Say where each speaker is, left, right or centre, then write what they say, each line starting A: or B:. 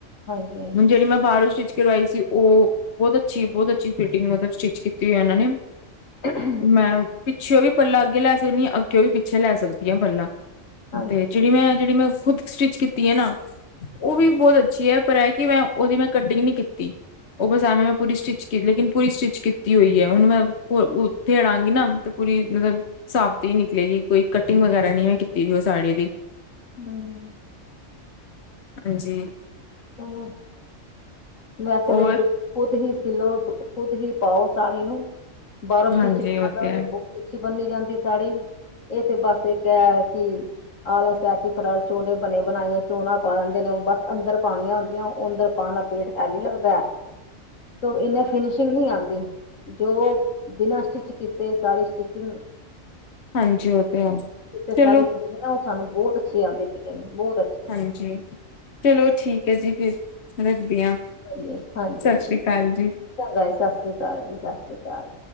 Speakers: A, on the left; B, on the left.
A: ਹਾਂਜੀ
B: ਹੂੰ ਜਿਹੜੀ ਮੈਂ ਬਾਹਰੋਂ ਸਟਿਚ ਕਰਵਾਈ ਸੀ ਉਹ ਬਹੁਤ ਅੱਛੀ -ਬਹੁਤ ਅੱਛੀ ਫਿਟਿੰਗ ਮਤਲਬ ਸਟਿਚ ਕੀਤੀ ਐ ਏਨਾਂ ਨੇ,
A: ਹਾਂਜੀ
B: ਮੈਂ ਪਿੱਛੇਓ ਵੀ ਪੱਲਾ ਅੱਗੇ ਲੈ ਸਕਣੀ, ਆ ਅੱਗਿਓ ਵੀ ਪਿੱਛੇ ਲੈ ਸਕਦੀ ਆ ਪੱੱਲਾਂ,
A: ਹਾਂਜੀ
B: ਤੇ ਜਿਹੜੀ ਮੈਂ ਜਿਹੜੀ ਮੈਂ ਖੁਦ ਕ ਸਟਿਚ ਕੀਤੀ ਐ ਨਾ ਉਹ ਵੀ ਬਹੁਤ ਅੱਛੀ ਐ, ਪਰ ਐਹ ਕਿ ਮੈਂ ਉਹਦੀ ਮੈਂ ਕਟਿੰਗ ਨੀ ਕੀਤੀ। ਉਹ ਬਸ ਐਵੇਂ ਮੈਂ ਪੂਰੀ ਸਟਿਚ ਕੀ ਲੇਕਿਨ ਪੂਰੀ ਸਟਿਚ ਕੀਤੀ ਹੋਈ ਐ, ਉਹਨੂੰ ਮੈਂ ਦੇੜਾਂਗੀ ਨਾ, ਤੇ ਪੂਰੀ ਮਤਲਬ ਸਾਬਤੀ ਈ ਨਿਕਲੇਗੀ ਕੋਈ ਕਟਿੰਗ ਵਗੈਰਾ ਨੀ ਮੈਂ ਕੀਤੀ ਦੀ ਉਹ ਸਾੜੀ ਦੀ
A: ਹਾਂ।
B: ਹਾਂਜੀ।
A: ੲੌ, ਵੈਸੇ
B: ਹੋਰ
A: ਤੇ ਜੋ ਖੁਦ ਹੀ ਸਿਲੋ ਖੁਦ ਹੀ ਪਾਓ ਸਾੜੀ ਨੂੰ, ਬਾਹਰੋਂ
B: ਹਾਂਜੀ
A: ਸ਼ਟਿਚ ਨਾ
B: ਉਹ
A: ਕਰਾਓ
B: ਤੇ ਹੈ
A: ਬਹੁਤ ਅੱਛੀ ਬੰਨੀ ਜਾਂਦੀ ਸਾੜੀ। ਇਹ ਤੇ ਬਸ ਇੱਕ ਐ ਆ ਕਿ, ਆਲਸ ਐ ਕਿ ਫਟਾਫੱਟ ਚੋਲੇ ਬਣੇ ਬਣਾਏ ਚੋਨਾ ਪਾ ਦਿੰਦੇ ਨੇ, ਉਹ ਬਸ ਅੰਦਰ ਪਾਨੀਆਂ ਹੁੰਦੀਆਂ ਉਹ ਅੰਦਰ ਪਾਨ ਨਾਲ ਪੇਟ ਹੈਵੀ ਲੱਗਦਾ ਐ। ਤੋ ਇੰਨਾ ਫਿਨਿਸ਼ਿੰਗ ਨੀ ਆਂਦੀ। ਜੋ ਬਿਨਾਂ ਸਟਿਚ ਕੀਤੇ, ਸਾੜੀ ਸਟਿਚਿੰਗ
B: ਹਾਂਜੀ ਉਹ ਤੇ ਹੈ
A: ਜਿਥੇ
B: ਚਲੋ
A: ਸਾੜੀ ਪਾਉਨੇ ਆ ਉਹ ਸਾਂਨੂੰ ਬਹੁਤ ਅੱਛੀ ਆਂਦੀ ਫਿਟਿੰਗ, ਬਹੁਤ ਅੱਛ
B: ਹਾਂਜੀ, ਚਲੋ ਠੀਕ ਐ ਜੀ ਫਿਰ। ਰੱਖਦੀ ਆ,
A: ਹਾਂਜੀ ਹਾਂਜੀ
B: ਸਾਸ੍ਰੀ
A: ਠੀਕ
B: ਕਾਲ
A: ਹੈ,
B: ਜੀ।
A: ਚੰਗਾ ਜੀ ਸਸ੍ਰੀ ਕਾਲ ਜੀ-ਛ ਸਸ੍ਰੀ ਕਾਲ।